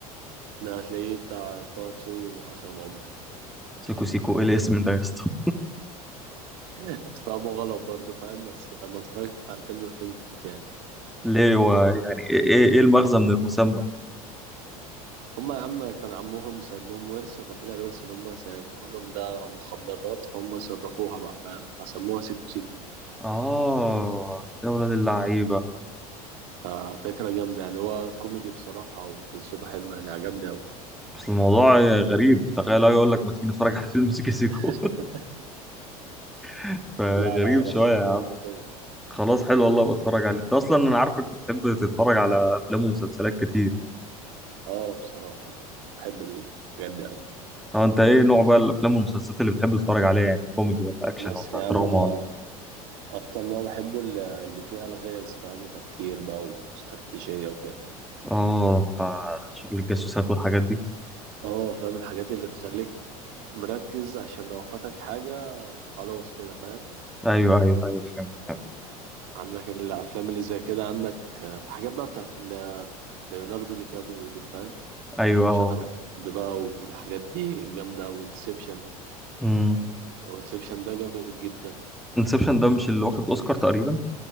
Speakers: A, on the right (about 65°); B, in the centre.
A: ده هتلاقيه بتاع طه دسوقي وعصام عمر
B: سيكو سيكو ايه الاسم ده يا اسطى
A: <laughs> اتفاقهم غلط برضه فاهم بس لما اتفرجت على الفيلم فهمت يعني
B: <laughs> ليه هو يعني ايه ايه إيه المغزى من المسمى
A: هما يا عم كان عمهم سايب لهم ورث فطلع الورث اللي هما سايبه لهم ده مخدرات فهم صرفوها بقى فاهم فسموها سيكو سيكو
B: اه يا ولاد اللعيبه
A: ففكرة جامدة يعني هو كوميدي بصراحة وقصته حلوة يعني عجبني أوي
B: بس الموضوع غريب تخيل أجي اقول لك ما تيجي نتفرج على <laughs> فيلم سيكو سيكو
A: <laughs>
B: <laughs> فغريب
A: لا لا أرشحهولك
B: شويه يا عم
A: بقوة
B: خلاص حلو والله بتفرج عليه انت اصلا انا عارفك بتحب تتفرج على افلام ومسلسلات كتير
A: اه بصراحة بحب الحاجات دي أوي
B: اه انت ايه نوع بقى الافلام والمسلسلات اللي بتحب تتفرج عليها يعني كوميدي ولا اكشن
A: بص
B: ولا
A: يا عم
B: دراما
A: أنا
B: ولا
A: أكتر نوع بحبه ال- اللي فيها ألغاز فاهم وتفكير بقى واستراتيجية وكده
B: اه بتاع شغل الجاسوسات والحاجات دي
A: اه فاهم الحاجات اللي تخليك مركز عشان لو فاتك حاجة خلاص كده فاهم
B: ايوه ايوه ايوه فهمت فهمت
A: عندك الأفلام اللي زي كده عندك آه، حاجات بقى بتاعت ال- ليوناردو دي كابريو دي فاهم
B: ايوه
A: شاتر
B: اه
A: ايلاند بقى والحاجات دي جامدة وانسبشن
B: امم
A: وانسبشن ده جامد جدا
B: انسبشن ده مش اللي واخد اوسكار تقريبا